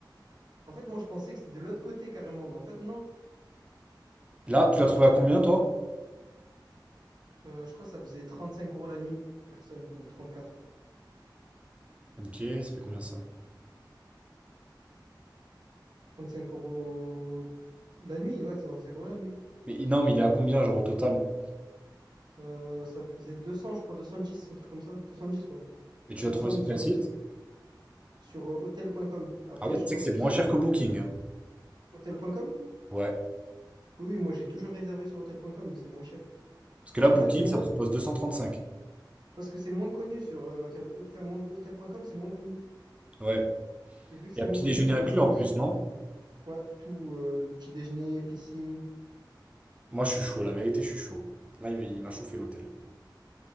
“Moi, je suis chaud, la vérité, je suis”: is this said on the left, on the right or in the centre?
Right